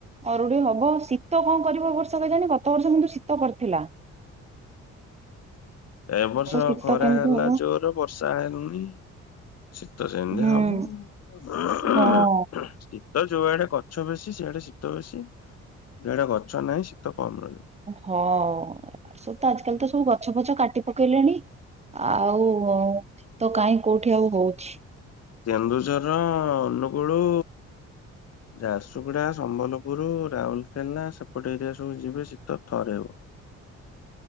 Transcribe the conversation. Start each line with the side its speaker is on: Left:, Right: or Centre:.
Right: ଅରୁଡି ହବ। ଶୀତ କଣ କରିବ, ଏ ବର୍ଷ କେଜାଣି? ଗତବର୍ଷ କିନ୍ତୁ ଶୀତ କରିଥିଲା।
Left: ଏ ବର୍ଷ
Right: ଶୀତ
Left: ଖରା
Right: କେମିତି
Left: ହେଲା
Right: ହବ
Left: ଜୋର୍ ବର୍ଷା ହେଲୁ୍ନି। ଶୀତ ସେମିତିଆ
Right: ହୁଁ
Left: ହବ ଆଉ।
Right: ହଁ
Left: ଶୀତ ଯୁଆଡେ କ ଗଛ ବେଶୀ ସିଆଡେ ଶୀତ ବେଶୀ। ଯୁଆଡେ ଗଛ ନାହିଁ, ଶୀତ କମ୍ ରହିବ।
Right: ହଁ-ଅ ଆଡ୍ ସବୁ ତ ଆଜକାଲି ତ ସବୁ ଗଛପଛ କାଟି ପକେଇଲେଣି। ଆଉ ଶୀତ କାହିଁ କୋଉଠି, ଆଉ ହଉଛି?
Left: କେନ୍ଦୁଝର, ଅନୁଗୁଳୁ ଝାରସୁଗୁଡା, ସମ୍ବଲପୁରୁ, ରାଉଲକେଲା, ସେପଟେ ଏରିଆ ସବୁ ଯିବେ, ଶୀତ ଥରେଇବ।
Right: <unintelligible>